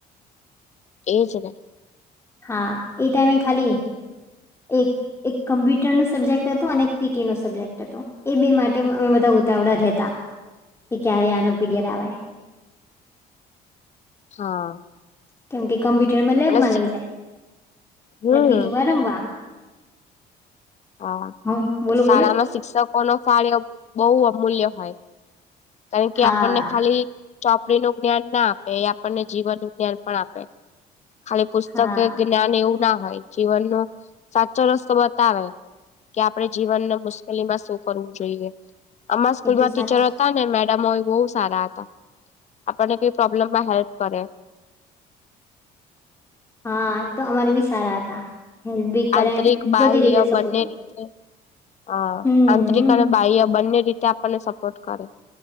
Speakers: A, on the left; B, on the left.
A: એ છે.
B: હા એ ટાઈમે ખાલી એક એક કમ્પ્યુટર નો સબ્જેક્ટ હતોું અને એક પીટી નો સબ્જેક્ટ હતો એ બે માટે અમે બધા ઉતાવળા રહેતા. એ ક્યારે આનોપી દરાવા
A: હા
B: કેમ કે કમ્પ્યુટર માં લેબમાં
A: અને
B: લઇ જાય
A: હમ
B: અને પીટીમાં રમવા
A: હા
B: હ બોલો
A: શાળામાં
B: બોલો
A: શિક્ષકો નો ફાળ એ બહુ અમૂલ્ય હોય. કારણ કે
B: હા
A: આપણને ખાલી ચોપડી નું જ્ઞાન ના આપે એ આપણને જીવનનુ જ્ઞાન પણ આપે ખાલી પુસ્તકે
B: હા
A: જ્ઞાન એવું ના હોય, જીવન ન સાચો રસ્તો બતાવે. કે આપણે જીવનને મુશ્કેલીમાં શું કરવું જોઈએ અમા સ્કૂલમાં
B: એ તો
A: ટીચરો
B: સાચું
A: હતા ને મેડમ ઓય બહુ સારા હતા આપણને કઈ પ્રોબ્લેમ માં હેલ્પ કરે
B: હા એ તો અમર ભી સારા હતા. હેલ્પ બી કરે
A: આંતરિક
B: ન
A: બાહ્ય
B: બધી રીતે સપોર્ટિવ
A: બંને રીતે આ
B: હમ
A: આંતરિક અને બાહ્ય બંને રીતે આપને સપોર્ટ કરે.